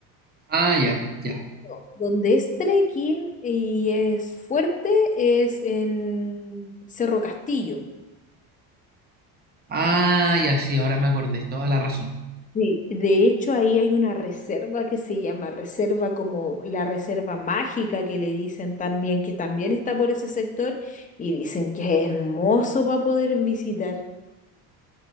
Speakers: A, on the right; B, on the left.
A: Ah, ya, ya.
B: No. Donde es trekking y es fuerte es en Cerro Castillo.
A: Ah, ya, sí, ahora me acordé, toda la razón.
B: Sí. De hecho, ahí hay una reserva que se llama reserva como la reserva mágica que le dicen también, que también está por ese sector y dicen que es hermoso para poder visitar,